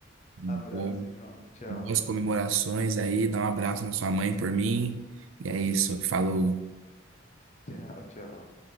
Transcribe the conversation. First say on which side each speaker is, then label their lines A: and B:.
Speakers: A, on the right (about 80°); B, on the left (about 35°).
A: Bom-
B: Abraço, João. Tchau.
A: boas comemorações aí, dá um abraço na sua mãe por mim. E é isso, falou.
B: <laughs> Tchau, tchau.